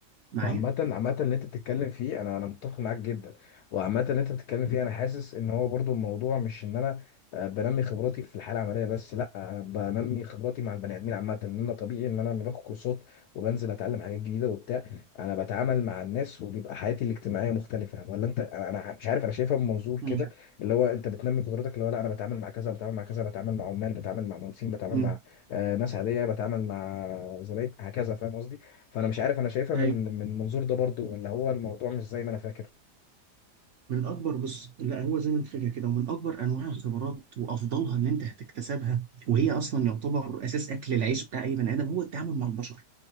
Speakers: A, on the right (about 60°); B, on the left (about 75°).
A: معايا
B: وعامة عامة اللي انت بتتكلم فيه انا انا متفق معاك جدا وعامة اللي انت بتتكلم فيه انا حاسس ان هو برضو الموضوع مش ان انا آه، بنمي خبراتي في الحالة العملية بس لا انا بنمي خبراتي مع البني ادمين عامة ان انا طبيعي ان انا لما باخد كورسات وبنزل اتعلم حاجات جديدة وبتاع انا بتعامل مع الناس وبيبقى حياتي الاجتماعية مختلفة ولا انت انا أنا مش عارف انا شايفها من منظور كده
A: مم.
B: اللي هو انت بتنمي قدراتك اللي هو لا انا بتعامل مع كذا بتعامل مع كذا بتعامل مع عمال بتعامل مع مهندسين بتعامل
A: مم.
B: مع آه، ناس عادية بتعامل مع زباين هكذا فاهم قصدي فانا مش عارف انا شايفها من
A: ايوه
B: من المنظور ده برضو ولا هو الموضوع مش زي ما انا فاكر
A: من اكبر بص لا هو زي ما انت فاكر كده ومن اكبر انواع الخبرات وافضلها اللي انت هتكتسبها وهي اصلا يعتبر اساس اكل العيش بتاع اي بني ادم هو التعامل مع البشر